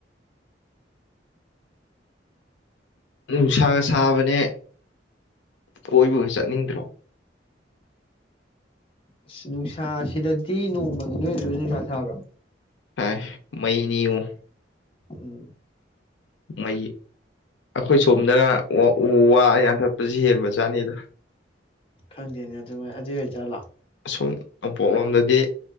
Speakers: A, on the left; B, on the left.
A: ꯅꯨꯡꯁꯥꯒ ꯁꯥꯕꯅꯦ ꯀꯣꯏꯕꯒ ꯆꯠꯅꯤꯡꯗ꯭ꯔꯣ
B: ꯑꯁ ꯅꯨꯡꯁꯥꯁꯤꯗꯗꯤ ꯅꯣꯡꯃꯒꯤ ꯅꯣꯏ ꯑꯗꯁꯨ ꯅꯨꯡꯁꯥ ꯁꯥꯥꯕ꯭ꯔꯥ
A: ꯁꯥꯏ ꯃꯩꯅꯤꯉꯣ
B: ꯎꯝ
A: ꯃꯩ ꯑꯩꯈꯣꯏ ꯁꯣꯝꯗꯅ ꯎ ꯋꯥ ꯌꯥꯟꯊꯠꯄꯁꯤ ꯍꯦꯟꯕꯖꯥꯠꯅꯤꯗ
B: ꯈꯪꯗꯦꯅꯦ ꯑꯗꯨꯃꯥꯏ ꯑꯗꯨꯏ ꯑꯣꯏ ꯖꯥꯠꯂꯣ
A: ꯁꯨꯝꯝ ꯅꯣꯡꯄꯣꯛꯂꯣꯝꯗꯗꯤ